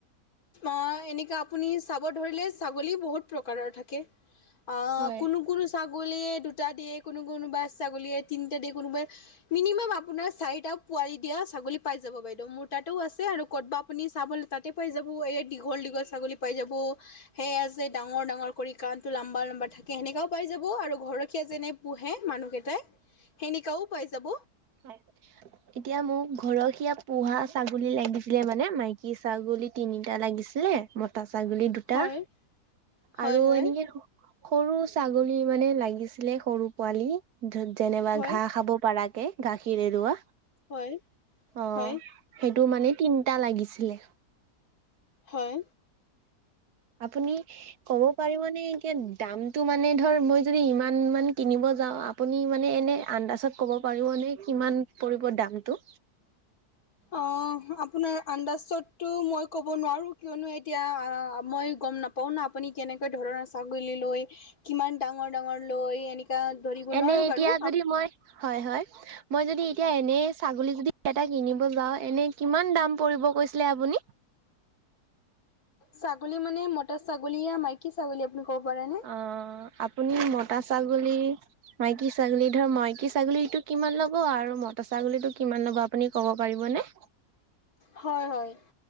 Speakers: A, on the left; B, on the right.
A: অ' এনেকে আপুনি চাব ধৰিলে ছাগলী বহুত প্ৰকাৰৰ থাকে। আহ,
B: হয়
A: কোনো - কোনো ছাগলীয়ে দুটা দিয়ে কোনো-, কোনোবা ছাগলীয়ে তিনিটা দিয়ে কোনোবাই। মিনিমাম আপোনাৰ চাৰিটা পোৱালি দিয়া ছাগলী পাই যাব বাইদেউ মোৰ তাতেও আছে আৰু ক'ত আপুনি চাবলৈ তাতে। পাই যাব, এই দীঘল - দীঘল ছাগলী পাই যাব। সেয়া যে, ডাঙৰ- ডাঙৰ কৰি কাণটো লম্বা - লম্বা থাকে যেনেকুৱা পাই যাব আৰু ঘৰখীয়া যেনে। পোহে মানুহকেইটাই সেনেকাও পাই যাব।
B: হয়। এতিয়া মোক ঘৰসীয়া পোহা ছাগলী লাগিছিলে মানে, মাইকী ছাগলী তিনিটা লাগিছিলে। মতা ছাগলী দুটা
A: হয়। হয়
B: আৰু
A: হয়।
B: এনেকে ধ। সৰু ছাগলী মানে লাগিছিলে, সৰু পোৱালি যেনেবা
A: হয়
B: ঘা খাব পৰা কে। গাখীৰ এৰুৱা,
A: হয়
B: অ
A: হয়
B: সেইটো মানে তিনিটা লাগিছিলে।
A: হয়।
B: আপুনি। ক'ব পাৰিব নে এতিয়া দামটো মানে ধৰ মই যদি ইমান মান কিনিব যাওঁ। আপুনি মানে আনডাষ্টত কব পাৰিবনে কিমান পৰিব দামটো?
A: অ' আপোনাৰ আন্দাজতটো মই ক'ব নোৱাৰো কিয়নো এ। এতিয়া মই গম নাপাও ন আপুনি কেনেকুৱা ধৰণৰ ছাগলী লৈ। কিমান ডাঙৰ - ডাঙৰ লৈ এনেকা ধৰিব
B: এনে
A: নোৱাৰো
B: এতিয়া
A: বাৰু।
B: যদি মই হয় হয়, মই যদি এতিয়া এনে ছাগলী যদি। এটা কিনিব যাও এনে কিমান দাম পৰিব কৈছিলে আপুনি?
A: ছাগলী মানে মতা ছাগলী মাইকী ছাগলী আপুনি ক'ব পাৰে নে।
B: অ' আপুনি মতা ছাগলী। মাইকী ছাগলী ধৰ মাইকী ছাগলীটো কিমান ল'ব আৰু মতা ছাগলীটো কিমান ল'ব আপুনি ক'ব পাৰিবনে।
A: হয় হয়।